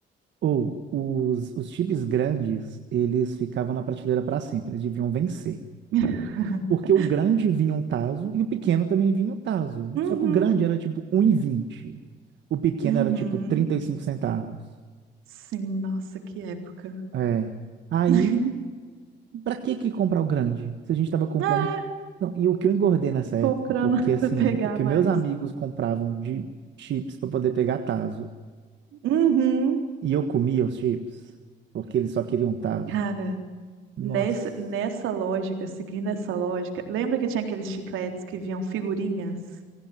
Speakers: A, on the right; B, on the right.
A: Ou os, os chips grandes, eles ficavam na prateleira para sempre, eles deviam vencer.
B: <laughs>
A: Porque o grande vinha um taso e o pequeno também vinha um taso.
B: Uhum,
A: Só que o grande era tipo um e vinte O pequeno
B: uhum.
A: era tipo 35 centavos.
B: Sim, nossa, que época.
A: É. Aí,
B: <laughs>
A: pra que que comprar o grande? Se a gente tava comprando.
B: É,
A: Não, e o que eu engordei nessa
B: e comprando
A: época, porque
B: <laughs>
A: assim,
B: pra pegar
A: o que
B: mais.
A: meus amigos compravam de chips para poder pegar taso,
B: Uhum.
A: e eu comia os chips, porque eles só queriam taso.
B: Cara,
A: Nossa.
B: Nessa, nessa lógica, seguindo essa lógica, lembra que tinha aqueles chicletes que vinham figurinhas